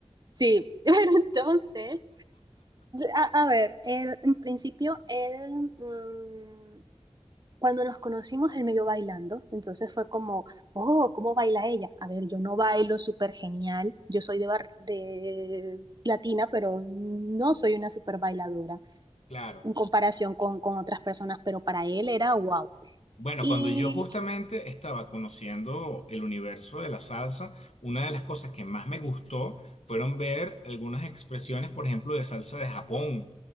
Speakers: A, on the right; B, on the left.
A: sí, <laughs> pero entonces, a, a ver, él, en principio, él, mm, cuando nos conocimos, él me vio bailando, entonces fue como, oh, ¿cómo baila ella? A ver, yo no bailo súper genial, yo soy de, bar- de latina, pero no soy una súper bailadora
B: Claro.
A: en comparación con, con otras personas, pero para él era wow.
B: Bueno,
A: Y
B: cuando yo justamente estaba conociendo el universo de la salsa, una de las cosas que más me gustó fueron ver algunas expresiones, por ejemplo, de salsa de Japón,